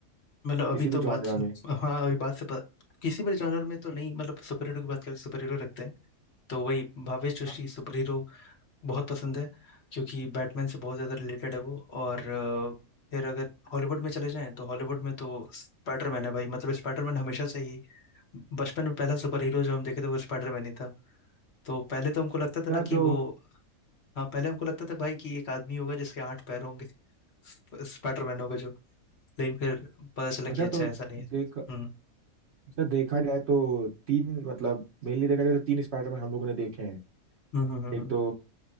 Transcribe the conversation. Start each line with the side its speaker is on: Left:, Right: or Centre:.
Left: मतलब अभी
Right: किसी
Left: तो
Right: भी
Left: बात
Right: जॉनरा में
Left: हाँ अभी बात से प- किसी भी जॉनर में तो नहीं मतलब सुपर हीरो की बात करें सुपर हीरो रखते हैं तो वही भावेश जोशी
Right: अच्छा
Left: सुपर हीरो बहुत पसंद है क्योंकि बैटमैन से बहुत ज़्यादा रिलेटेड है वो और अ, फिर अगर हॉलीवुड में चले जाएं तो हॉलीवुड में तो स्पाइडरमैन है भाई मतलब स्पाइडरमैन हमेशा से ही बचपन में पहला सुपर हीरो जो हम देखे थे वो स्पाइडरमैन ही था तो पहले तो हमको लगता था ना कि
Right: जो
Left: वो हाँ पहले हमको लगता था भाई कि एक आदमी होगा जिसके आठ पैर होंगे स्प- स्पाइडरमैन होगा जो लेकिन फिर पता चला
Right: अच्छा
Left: कि अच्छा
Right: तो
Left: ऐसा नहीं है
Right: देख
Left: हम्म
Right: अच्छा देखा जाए तो तीन मतलब मेनली देखा जाए तो तीन स्पाइडरमैन हम लोगों ने देखे हैं
Left: हम्म हम्म
Right: एक
Left: हम्म
Right: तो